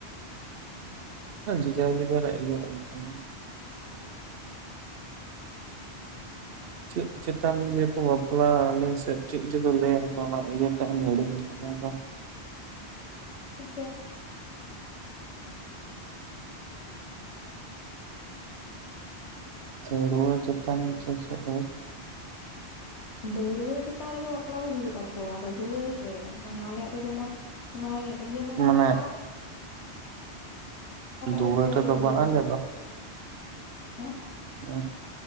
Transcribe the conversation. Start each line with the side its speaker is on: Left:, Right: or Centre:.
Right: ᱡᱮ-ᱡᱷᱟᱨ-ᱡᱮ-ᱡᱷᱟᱨ ᱤᱭᱟᱹ ᱟᱨ ᱠᱤ ᱪᱮᱫ ᱪᱮᱛᱟᱱ ᱤᱭᱟᱹ ᱠᱚ ᱵᱟᱯᱞᱟᱜ-ᱟ ᱟᱞᱮ ᱥᱮᱫ ᱪᱮᱫ ᱪᱚᱠᱚ ᱞᱟᱹᱭᱟᱠᱚ ᱚᱱᱟ ᱤᱭᱟᱹᱴᱟᱜ ᱤᱧ ᱦᱤᱲᱤᱧ ᱟᱠᱟ ᱟᱫᱚ
Left: ᱪᱮᱫ?
Right: ᱦᱩᱸ ᱫᱟᱹᱣᱲᱟᱹ ᱪᱮᱛᱟᱱ ᱥᱮ ᱪᱮᱫ
Left: ᱫᱟᱹᱣᱲᱟᱹ ᱪᱮᱛᱟᱱ ᱨᱮᱜᱮ ᱵᱟᱯᱞᱟ ᱫᱚ ᱦᱩᱭᱩᱜ ᱟᱛᱚ ᱟᱫᱚ ᱫᱩᱣᱟᱹᱨ ᱨᱮ ᱢᱟᱱᱮ ᱟᱞᱮᱭᱟᱜ ᱫᱚ ᱡᱮᱢᱚᱱ ᱱᱚᱜ ᱚᱭ ᱤᱭᱟᱹ ᱢᱮᱱᱟᱜ
Right: ᱢᱟᱱᱮ
Left: ᱟᱠᱟᱜ-ᱟ
Right: ᱫᱩᱣᱟᱹᱨ
Left: ᱫᱚ
Right: ᱨᱮᱫᱚ
Left: ᱨᱮ ᱦᱩᱭᱩᱜᱼᱟ
Right: ᱵᱟᱝ ᱞᱮᱫ ᱫᱚ
Left: ᱦᱮᱸ
Right: ᱮᱸᱜᱻ